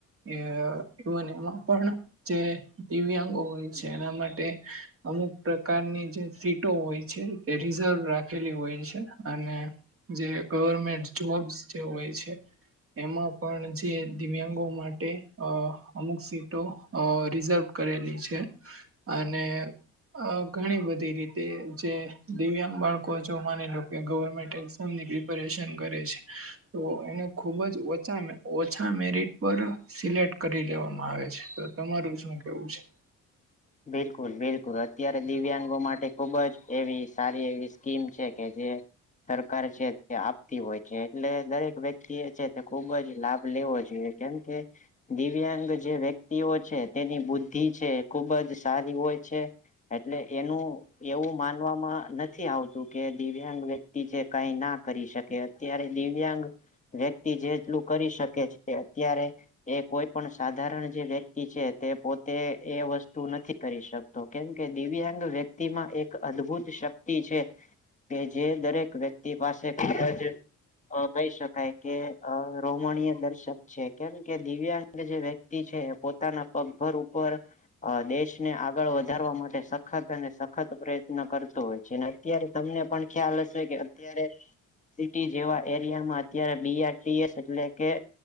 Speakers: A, on the right; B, on the left.
A: એ ઇવન એમાં પણ જે દિવ્યાંગો હોય છે એના માટે અમુક પ્રકારની જે સીટો હોય છે, તે રિઝર્વ રાખેલી હોય છે. અને જે ગવર્મેન્ટ જોબ્સ જે હોય છે એમાં પણ જ તે દિવ્યાંગો માટે અ અમુક સીટો અ રિઝર્વ કરેલી છે. અને અહ ઘણી બધી રીતે જે દિવ્યાંગ બાળકો જે માની લો કે ગવર્મેન્ટ એઝામ ની <unintelligible> પરેશાન કરે છે. તો એને ખુબ જ ઓછા મે ઓછા મેરિટ પર સિલેક્ટ કરી લેવામાં આવે છે. તો તમારું શું કેવું છે? <inaudible>
B: બિલકુલ-બિલકુલ. અત્યારે દિવ્યાંગો માટે ખુબ જ એવી સારી એવી સ્કીમ છે કે જે સરકાર છે તે આપતી હોય છે. એટલે દરેક વ્યક્તિ એ છે તે ખુબ જ લાભ લેવો જોઈએ. કેમ કે દિવ્યાંગ જે વ્યક્તિઓ છે, તેની બુદ્ધિ છે એ ખુબ જ સારી હોય છે, એટલે એનું એવું માનવામાં નથ નથી આવતું કે દિવ્યાંગ વ્યક્તિ છે કાંઈ ના કરી શકે. અત્યારે દિવ્યાંગ વ્યક્તિ જેટલું કરી શકે છે અત્યારે એ કોઈ પણ સાધારણ જે વ્યક્તિ છે, તે પોતે એ વસ્ તું નથી કરી શકતો. કેમ કે દિવ્યાંગ વ્યક્તિ માં એક અદ્ભુત શક્તિ છે કે જે દરેક વ્યક્તિ પાસે ખૂબ જ અહ કહી શકાય કે અહ રોમણીય દર્શક છે, કેમ કે દિવ્યાંગ અને જે વ્યક્તિ છે પોતાના પગભર ઉપર અહ દેશને આગળ વધારવા માટે સખત અને સખત પ્રયત્ન કરતો હોય છે. અને અત્યારે તમને પણ ખ્યાલ હશે કે અત્યારે સિટી જેવા એરિયામાં અત્યારે બી આર ટી એસ એટલે કે